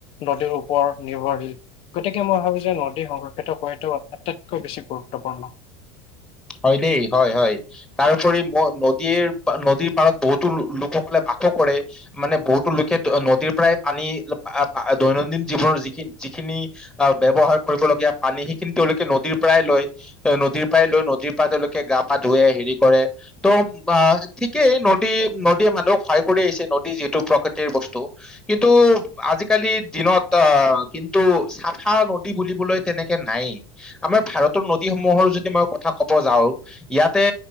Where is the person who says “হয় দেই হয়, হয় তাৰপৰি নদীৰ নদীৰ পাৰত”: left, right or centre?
Centre